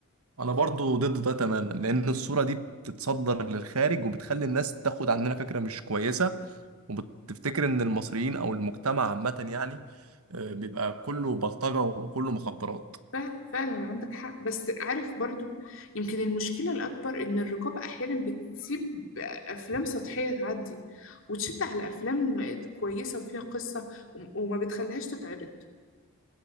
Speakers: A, on the right; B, on the left.
A: انا برضو ضد ده تماما لان الصورة دي بتتصدر للخارج وبتخلي الناس تاخد عننا فكرة مش كويسة وبتفتكر ان المصريين او المجتمع عامة يعني آه، بيبقى كله بلطجة وكله مخدرات
B: فعلا فعلا عندك حق بس عارف برضو يمكن المشكلة الأكبر إن الرقابة أحيانا بتسيب أفلام سطحية تعدي وتشد على أفلام كويسة وفيها قصة وم- وما بتخليهاش تتعرض